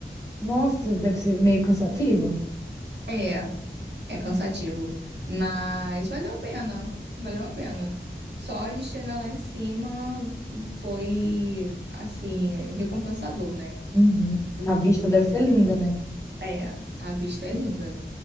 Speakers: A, on the left (about 15°); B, on the right (about 65°).
A: Nossa, deve ser meio cansativo.
B: É. É cansativo, mas valeu a pena, valeu a pena. Só de chegar lá em cima foi, assim, é, recompensador, né?
A: Uhum.
B: E
A: A vista deve ser linda, né?
B: é, a vista é linda.